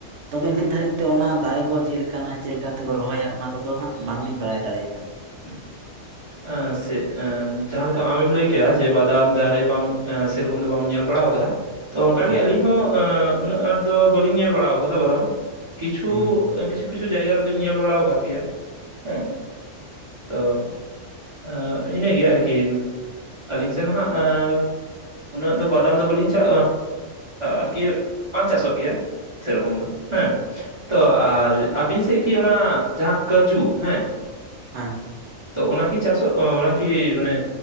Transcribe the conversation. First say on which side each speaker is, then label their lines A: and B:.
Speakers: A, on the right (about 65°); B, on the right (about 30°).
A: ᱛᱚᱵᱮ ᱱᱤᱛ ᱫᱷᱟᱹᱨᱤᱡ ᱛᱮ ᱚᱱᱟ ᱫᱟᱨᱮ ᱠᱚ ᱪᱮᱜ ᱞᱮᱠᱟᱱᱟ ᱪᱮᱜᱞᱮᱠᱟ ᱟᱛᱮ ᱠᱚ ᱨᱚᱦᱚᱭᱟ ᱚᱱᱟ ᱠᱚᱫᱚ ᱦᱟᱸᱜ ᱵᱟᱝᱞᱤᱧ ᱵᱟᱲᱟᱭ ᱫᱟᱲᱮ ᱠᱟᱫᱟ
B: ᱦᱩᱸ ᱮᱸ ᱥᱮ ᱮᱸ ᱡᱟᱦᱟ ᱞᱮᱠᱟ ᱟᱢᱮᱢ ᱞᱟᱹᱭ ᱠᱮᱜᱼᱟ ᱡᱮ ᱵᱟᱫᱟᱢ ᱫᱟᱨᱮ ᱵᱟᱢ ᱥᱮᱨᱚᱠᱚᱢ ᱫᱚ ᱵᱟᱢ ᱧᱮᱞ ᱵᱟᱲᱟᱣ ᱠᱟᱫᱟ ᱛᱚ ᱚᱱᱠᱟ
A: ᱦᱮᱸ
B: ᱜᱮ ᱟᱹᱞᱤᱧ ᱦᱚᱸ ᱮᱸ ᱩᱱᱟᱹᱜ ᱟᱸᱴ ᱫᱚ ᱵᱟᱹᱞᱤᱧ ᱧᱮᱞ ᱵᱟᱲᱟᱣ ᱠᱟᱫᱟ ᱵᱟᱫᱟᱢ ᱠᱤᱪᱷᱩ
A: ᱦᱮᱸ
B: ᱠᱤᱪᱷᱩ ᱠᱤᱪᱷᱩ ᱡᱟᱭᱜᱟ ᱨᱮᱫᱚᱧ ᱧᱮᱞ ᱵᱟᱲᱟᱣ ᱠᱟᱜ ᱜᱮᱭᱟ ᱦᱮᱸ ᱛᱚ ᱟᱸᱜ ᱤᱱᱟᱹᱜᱮ ᱟᱨᱠᱤ ᱟᱹᱞᱤᱧ ᱥᱮᱱ ᱦᱟᱸᱜ ᱮᱸᱻ ᱩᱱᱟᱹᱜ ᱫᱚ ᱵᱟᱫᱟᱢ ᱫᱚ ᱵᱟᱹᱞᱤᱧ ᱪᱟ ᱟᱨᱠᱤ ᱤᱭᱟᱹ ᱵᱟᱝ ᱪᱟᱥᱚᱜ ᱜᱮᱭᱟ ᱥᱮᱨᱚᱠᱚᱢ ᱫᱚ ᱦᱮᱸ ᱛᱚ ᱟᱨ ᱟᱹᱵᱤᱱ ᱥᱮᱜ ᱠᱤ ᱚᱱᱟ ᱡᱟᱦᱟ ᱠᱟᱹᱡᱩ ᱦᱮᱸ
A: ᱦᱮᱸ
B: ᱛᱚ ᱚᱱᱟ ᱠᱤ ᱪᱟᱥᱚᱜ ᱚᱱᱟ ᱠᱤ ᱢᱟᱱᱮ